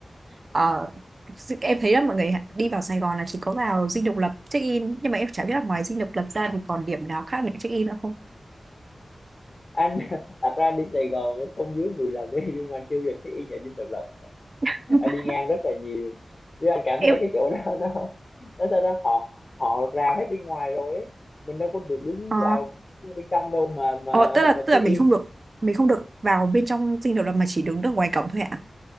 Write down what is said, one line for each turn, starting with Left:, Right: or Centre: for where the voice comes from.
Right: Ờ, sự em thấy là mọi người đi vào Sài Gòn là chỉ có vào Dinh Độc Lập check in nhưng mà em chả biết là ngoài Dinh Độc Lập ra thì còn điểm nào khác để check in nữa không
Left: anh <laughs> thật ra anh đến Sài Gòn cũng không dưới 10 lần đấy nhưng mà anh chưa du lịch cái y nhà Dinh Độc Lập
Right: <laughs>
Left: anh đi ngang rất là nhiều nhưng anh cảm
Right: em
Left: thấy cái chỗ đó <laughs> nó nó sao ta họ họ rào hết bên ngoài rồi ấy. mình đâu có được đứng
Right: ờ
Left: vào bên trong đâu mà mà
Right: Ờ, tức là
Left: mà
Right: tức
Left: check
Right: là mình
Left: in
Right: không được mình không được vào bên trong Dinh Độc Lập mà chỉ đứng được ngoài cổng thôi ạ